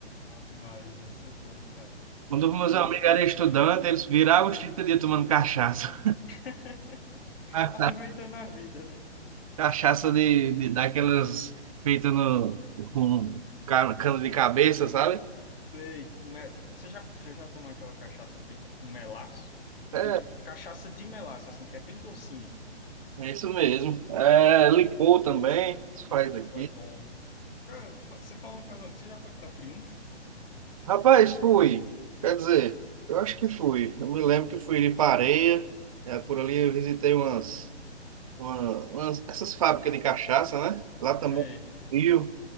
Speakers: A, on the left; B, on the right.
A: Ave Maria, deve ser bom, cara.
B: Quando meus
A: O...
B: amigos eram estudantes, eles viravam os trinta dias tomando cachaça.
A: <laughs>
B: <laughs>
A: Aproveitando a vida, né?
B: Cachaça de, de daquelas feitas no, com ca- cana de cabeça, sabe?
A: Sei, como é- você já, você já tomou aquela cachaça feita com melaço?
B: É,
A: Fe- Cachaça de melaço, assim, que é bem docinha.
B: é isso mesmo. É, licor também, se faz aqui.
A: Pô, é bom. Cara, fa- você falou em Pernambuco, você já foi pra Triunfo?
B: Rapaz, fui. Quer dizer, eu acho que fui. Eu me lembro que fui de Pareia, é, por ali eu visitei umas. uma- umas- essas fábricas de cachaça, né? Lá
A: Você
B: também é frio. Não